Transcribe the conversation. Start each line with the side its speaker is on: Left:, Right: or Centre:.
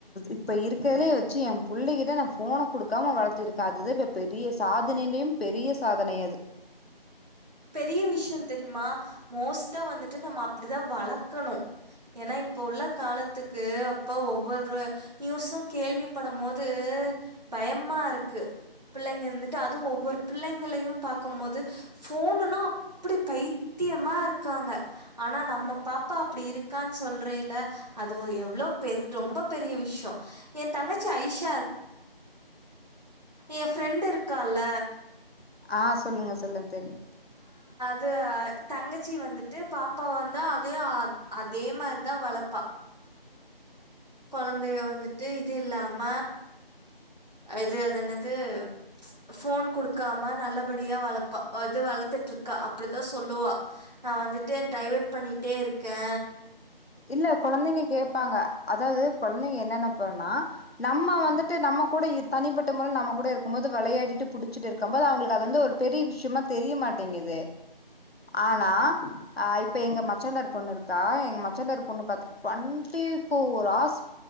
Left: இப்ப இருக்கர்துலே சி என் புள்ளைகிட்ட நா போன கொடுக்காம வளர்த்திருக்கே அதுதா இப்ப பெரிய சாதனையிலயும் பெரிய சாதனை அது
Right: பெரிய விஷயம் தெரியுமா மோஸ்ட்டா வந்துட்டு நம்ம அப்படிதா வளக்கணும் ஏன்னா இப்ப உள்ள காலத்துக்கு அப்ப ஒவ்வொரு நியூஸும் கேள்வி படும் போது பயமா இருக்கு பிள்ளைங்க இருந்துட்டு அதுவு ஒவ்வொரு பிள்ளைங்களையு பாக்கும் போது போனுன்னா அப்டி பைத்தியமா இருக்காங்க ஆனா நம்ம பாப்பா அப்படி இருக்கான் சொல்றேல்ல அது ஒரு எவ்ளோ பெர் ரொம்ப பெரிய விஷயம் என் தங்கச்சி ஐஷா என் ஃப்ரெண்ட் இருக்கால்ல
Left: ஆஸ் சொல்லுங்க சொல்லுங் தெரியு
Right: து ஆ தங்கச்சி வந்துட்டு பாப்பாவ வந்து அதுவே ஆத் அதே மாரிதா வளப்பா கொழந்தைய வந்துட்டு இது இல்லாம அ இது அதென்னது ச்ச ஃபோன் குடுக்காம நல்லப் படியா வளப்பா அது வளத்துட்டுருக்கா அப்பிடிதா சொல்லுவா நா வந்துட்டு டைவர்ட் பண்ணிட்டே இருக்கே
Left: இல்ல கொழந்தைங்க கேப்பாங்க அதாவுது கொழந்தைங்க என்னென்னா பண்ணுனா நம்ம வந்துட்டு நம்ம கூட இ தனிப்பட்ட முறல நம்ம கூட இருக்கும் போது வெளையாடிட்டு புடிச்சிட் இருக்கம் போது அவுங்குளுக்கு அது வந்து ஒரு பெரி விஷ்யுமா தெரியமாட்டேங்குது ஆனா அ இப்ப எங்க மச்சான்தார் பொண்ணு இருக்கா எங் மச் மச்சாதாரு பொண்ண பாத் டுவென்டி ஃபோர் ஹார்ஸ்